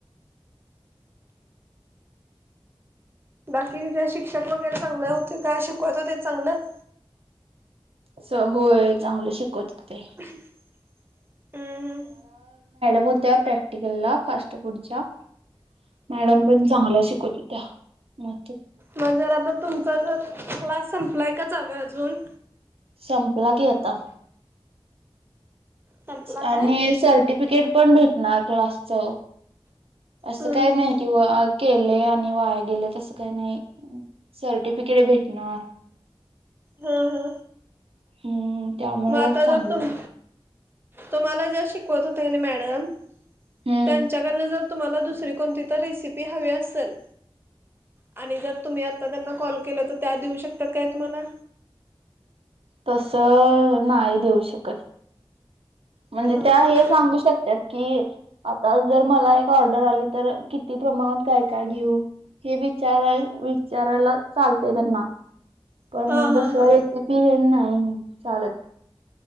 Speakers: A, on the right; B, on the right.
A: बाकी शिक्षक वगैरे चांगलं होते का शिकवत होते चांगलं.
B: स होय चांगलं शिकवत.
A: <unintelligible>
B: ते
A: हम्म
B: मग त्या प्रॅक्टिकलला फास्ट फूडच्या. मॅडम पण चांगला शिकवत हो त्या म.
A: मजर आता तुमचा ज क्लास संपलाय का चालूय अजून.
B: संपला की आता.
A: संपला
B: आणि
A: काय?
B: सर्टिफिकेट पण भेटणार क्लास च. असं
A: हम्म
B: काही नाही
A: हम्म
B: किंवा के. आणि वाया गे त काही नाही सर्टिफिकेट भेटणार.
A: हा हा.
B: हम्म त्यामुळं
A: माता
B: चांगलं
A: जातो ना. त मला ज्या शिकवत होत मॅडम
B: हम्म
A: त्यांच्याकड ज. तुम्हाला दुसरी कोणती तर रेसिपी हवी असेल. आणि जर तुम्ही आता त्यांना कॉल केला तर त्या देऊ शकतात काय तुम्हाला.
B: तस नाही देऊ शकत. म्हणजे
A: हां
B: त्या हे
A: हां
B: सांगू शकतात की आता जर. मला एक ऑर्डर आली तर किती प्रमाणात काय काय घेऊ. हे विचाराय विचारायला चालतय त्यांना.
A: हां
B: पण
A: हां
B: तस
A: हां
B: रेसिपी हे नाही चालत.